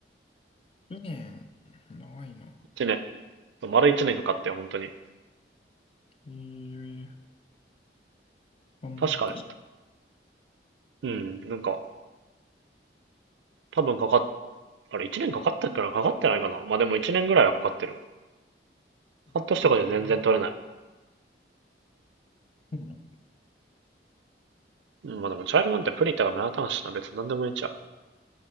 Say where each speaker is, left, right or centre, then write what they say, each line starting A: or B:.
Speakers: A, on the left; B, on the right.
A: 2年、長いな。
B: 一年。丸一年かかったよ、本当に。
A: ええ、
B: 確かね。
A: 頑張ったね。
B: うん、なんか、多分かかっ、あれ一年かかったっけなかかってないかなまあでも一年ぐらいはかかってる。
A: うん。
B: 半年とかで全然取れない。
A: そうなんだ
B: うん、まあでも茶色なんてプリンとか目立たんしな、別に何でもいいんちゃう。